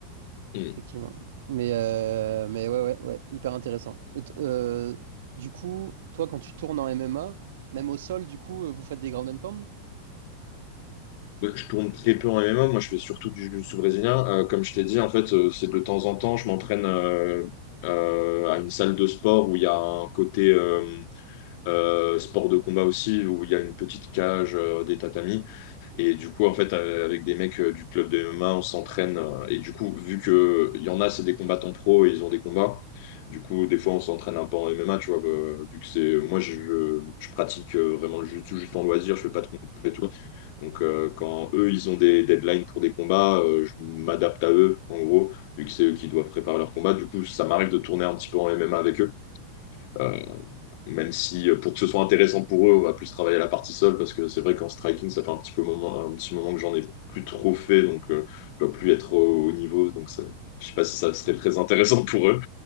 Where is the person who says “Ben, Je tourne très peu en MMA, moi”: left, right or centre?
Left